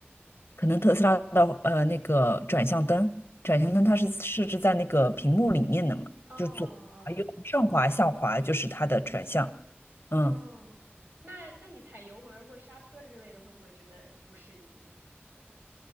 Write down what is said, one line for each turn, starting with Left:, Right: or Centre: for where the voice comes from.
Left: 可能特斯拉的呃那个转向灯，转向灯它是设置在那个屏幕里面的嘛，
Right: 哦哦
Left: 就是左滑右上滑下滑就是它的转向，
Right: 哦，
Left: 嗯。
Right: 那那你踩油门儿或者刹车之类的，会不会觉得不适应呢？